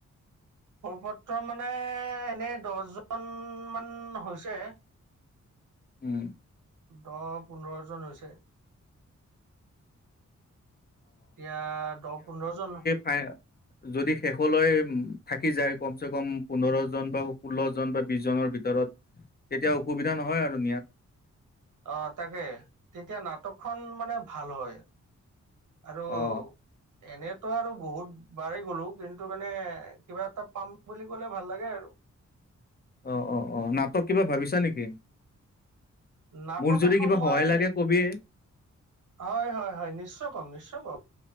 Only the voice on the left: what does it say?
উম।
নাই, যদি শেষলৈ থাকি যায় কমচে-কম পোন্ধৰ জন বা ষোল্ল জন বা বিশ জনৰ ভিতৰত। তেতিয়া অসুবিধা নহয় আৰু নিয়াত।
অ
অ', অ', অ', নাটক কিবা ভাবিছা নিকি?
মোৰ যদি
কিবা
সহায় লাগে কবিয়ে।